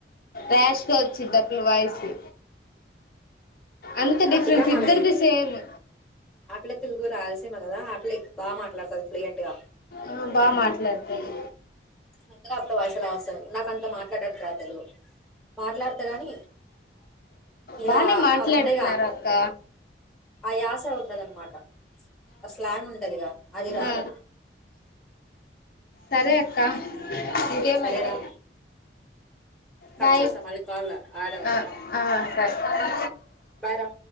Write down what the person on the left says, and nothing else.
రాష్గా వచ్చిద్ది ఆ పిల్ల వాయిసు అంత డిఫరెన్స్
ఇద్దరిది సేము
ఆ బాగా మాట్లాడుతది
బానే మాట్లాడుతున్నారు
అక్క
ఆ సరే అక్కా ఇంకేమీ
అయితే
బాయ్
ఆ ఆ సరే